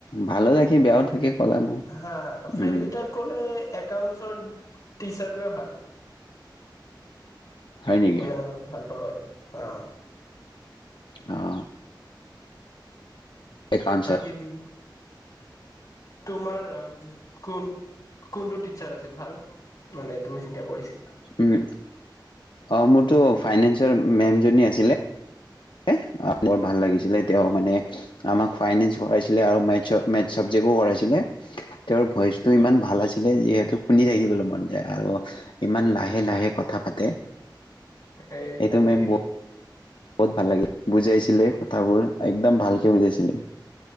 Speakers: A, on the left; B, on the left.
A: ভালো থাকে বেয়াও থাকে কলা নহয়।
B: হা হা ফ্ৰেণ্ডলি
A: উম
B: টাইপ ক'লে একাউন্টৰ টিচাৰটোৱে ভাল।
A: হয় নেকি?
B: মানে মই অলপ ভাল পাওঁ আৰু অহ।
A: অহ, এ একাউণচট
B: কে দিন তোমাৰ অ কোন। কোনটো টিচাৰ আছিল ভাল মানে তুমি যেতিয়া পঢ়িছিলা।
A: উম, অহ মোৰতো ফাইনেন্সৰ মেম জনী আছিলে। আহ, বৰ ভাল লাগিছিলে তেওঁ মানে। আমাক ফাইনেন্স পঢ়াইছিলে। আৰু মেতছ মেতছ চাবজেক পঢ়ছিলে তেওঁৰ ভইচ। টো ইমান
B: উম
A: ভাল আছিলে। যিহেতু শুনি থাকিবলৈ মন যায়। আৰু ইমান লাহে লাহে, লাহে কথা পাতে।
B: এই
A: এইটো
B: তাকে
A: মেম বহুত বহুত ভাল লাগিল। বুজাইছিলে কথাবোৰ একদম ভালকে বুজাইছিলে।